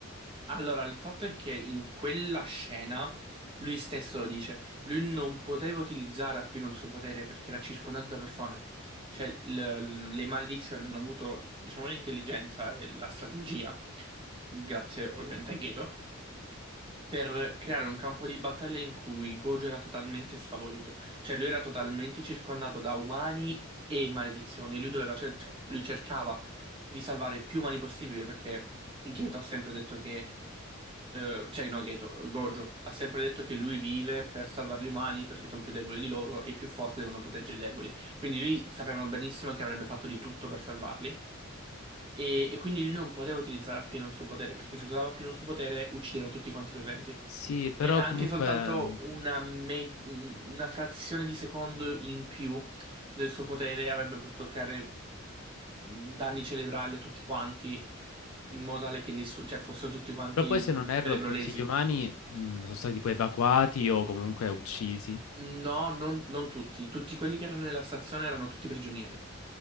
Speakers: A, on the right; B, on the left.
A: Allora, il fatto è che in quella scena lui stesso lo dice, lui non poteva utilizzare appieno il suo potere perché era circondato da persone. Cioè, l- le maledizioni hanno avuto, diciamo, l'intelligenza e la strategia, grazie ovviamente a Geto per creare un campo di battaglia in cui Gojo era totalmente sfavorito, cioè lui era totalmente circondato da umani e maledizioni e lui doveva cer- cioè, lui cercava di salvare più umani possibile perché Geto ha sempre detto che eh, cioè no Geto, Gojo ha sempre detto che lui vive per salvare gli umani perché sono più deboli di loro e i più forti devono proteggere i deboli. Quindi lui sapevano benissimo che avrebbe fatto di tutto per salvarli. E, e quindi lui non poteva utilizzare appieno il suo potere, perché se usava appieno il suo potere uccideva tutti quanti i presenti.
B: Sì, però
A: E anche
B: comunque...
A: soltanto una, me- una frazione di secondo in più del suo potere avrebbe potuto creare danni cerebrali a tutti quanti, in modo tale che nessuno, cioè, fossero tutti quanti
B: Però poi se non erro
A: cerebrolesi.
B: tutti gli umani mh, sono stati poi evacuati o comunque uccisi.
A: No, non, non tutti. Tutti quelli che erano nella stazione erano tutti prigionieri.